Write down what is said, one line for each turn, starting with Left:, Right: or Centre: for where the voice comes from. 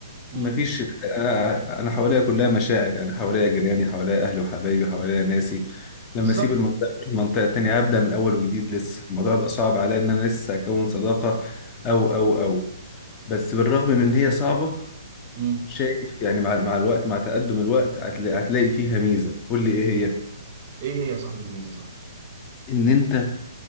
Right: امم
Left: مفيش انا انا حواليا كلها مشاعر يعني حواليا جيراني حواليا اهلي وحبايبي حواليا ناسي لما
Right: بالظبط
Left: اسيب المنطقة أروح منطقة تانية هبدأ من اول وجديد لسه الموضوع بيبقى صعب عليا ان انا لسه اكون صداقة او او او بس بالرغم من ان هي صعبة
Right: امم
Left: شايف يعني مع مع الوقت مع تقدم الوقت هتلاقي هتلاقي فيها ميزة قول لي ايه هي
Right: ايه هي يا صاحب الميزه صح
Left: ان انت